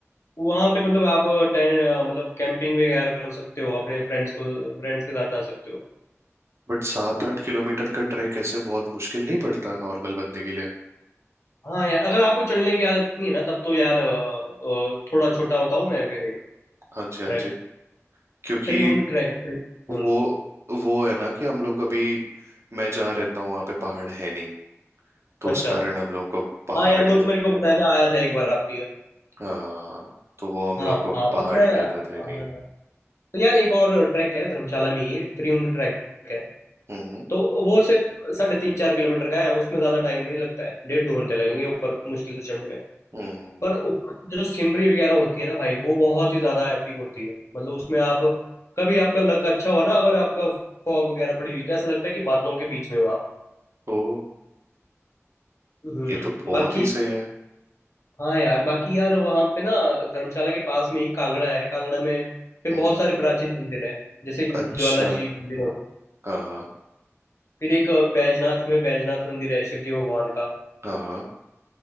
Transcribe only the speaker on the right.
बट सात आठ किलोमीटर का ट्रैक ऐसे बहुत मुश्किल नहीं पड़ता नॉर्मल बंदे के लिए
हाँ जी हाँ
जी क्योंकि
वो वो है ना कि हम लोग अभी मैं जहाँ रहता हूँ वहाँ पे पहाड़ है नहीं तो
उस कारण हम लोगों को पहाड़
हाँ तो वो हम
लोगों को
पहाड़
की
आदत है नहीं
हम्म
हम्म
ओ
ये तो बहुत
ही सही है
हम्म
अच्छा
हाँ
हाँ